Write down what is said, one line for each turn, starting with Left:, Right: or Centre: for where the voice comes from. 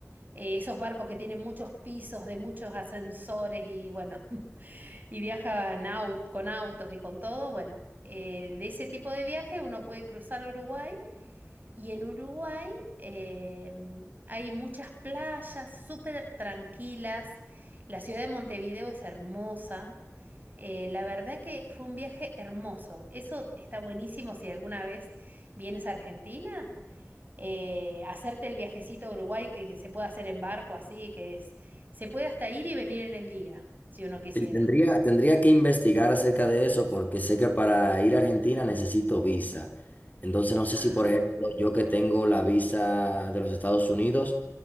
Right: Eh, esos barcos que tienen muchos pisos, de muchos ascensores y bueno, <laughs> y viajan au- con autos y con todo. Bueno, eh, de ese tipo de viaje uno puede cruzar a Uruguay y en Uruguay em, hay muchas playas súper tranquilas. La ciudad de Montevideo es hermosa. Eh, la verdad que fue un viaje hermoso. Eso está buenísimo si alguna vez vienes a Argentina. eh, hacerte el viajecito a Uruguay que, que se puede hacer en barco así, que es, se puede hasta ir y venir en el día, si uno quisiera.
Left: Sí, Tendría, tendría que investigar acerca de eso porque sé que para ir a Argentina necesito visa. Entonces no sé
Right: Ah.
Left: si, por ejemplo, yo que tengo la visa de los Estados Unidos,